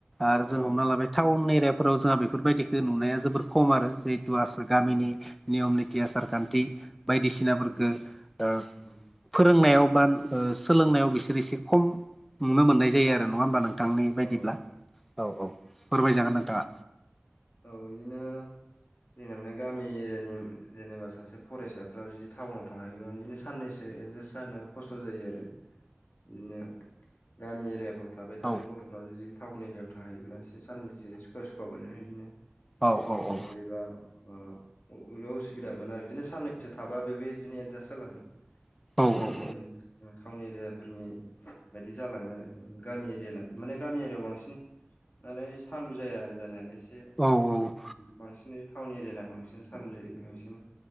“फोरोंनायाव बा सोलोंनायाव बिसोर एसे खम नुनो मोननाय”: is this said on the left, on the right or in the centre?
Centre